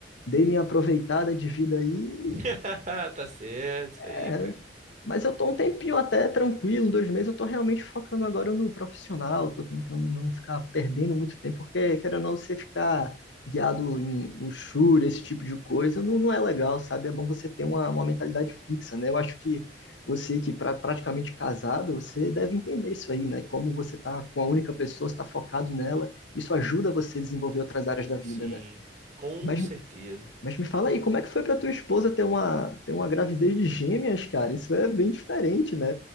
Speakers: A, on the left; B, on the right.
A: dei minha aproveitada de vida aí,
B: <laughs> Tá certo, isso aí,
A: é,
B: cara.
A: mas eu tô um tempinho até tranquilo, dois meses, eu tô realmente focando agora no profissional, tô tentando não ficar perdendo muito tempo, porque querendo ou não, você ficar guiado em luxúria, esse tipo de coisa, não, não é legal, sabe? É bom você ter uma, uma mentalidade fixa, né? Eu acho que você que pra, praticamente casado, você deve entender isso aí, né? Como você tá com a única pessoa, você tá focado nela, isso ajuda você a desenvolver outras áreas da vida,
B: Sim,
A: né?
B: com
A: Mas
B: certeza.
A: mas me fala aí, como é que foi para tua esposa ter uma, ter uma gravidez de gêmeas, cara? Isso é bem diferente, né?